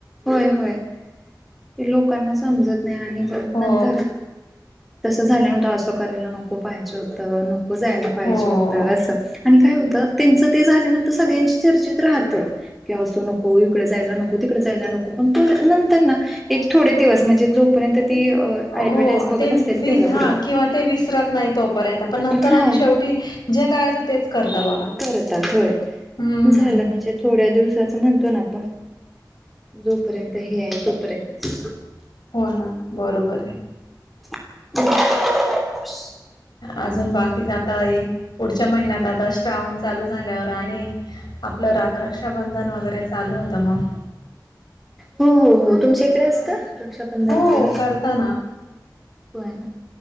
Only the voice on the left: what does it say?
हो
हो
अ हो अ
ते
वि
ज
हा किंवा ते विसरत नाही तोपर्यंत पण नंतर
आणि शेवटी जे करायचं तेच करता बघा
हम्म.
हो ना, बरोबर आहे
अजून बाकी जाता आहेत पुढच्या महिन्यात आता श्रवण चालू झाल्यावर आणि आप.. आपलं रं रा रक्षाबंधन वगैरे चालू होतं मग
हो
करता